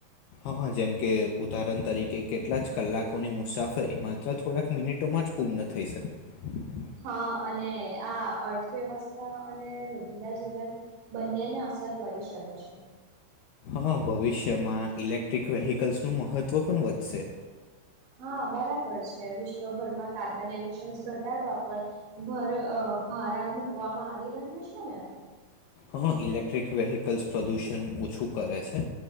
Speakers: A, on the left; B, on the right.
A: હઅ જેમ કે ઉદાહરણ તરીકે કેટલા જ કલાકોની મુસાફરી માત્ર થોડાક મિનિટોમાં જ પૂર્ણ થઈ શકે
B: હા અને આ અર્થવ્યવસ્થા અને રોજિંદા જીવન બંનેને અસર કરી શકે છે
A: હઅ ભવિષ્યમાં ઇલેક્ટ્રિક વેહકલ્સનું મહત્ત્વ પણ વધશે
B: હા બરાબર છે વિશ્વભરમાં કાર્બન એમિશન ઘટાડવા પર ભર ભારા મકવામાં આવી રહ્યો છે ને
A: હઅ ઇલેક્ટ્રિક વેહીકલ્સ પ્રદૂષણ ઓછું કરે છે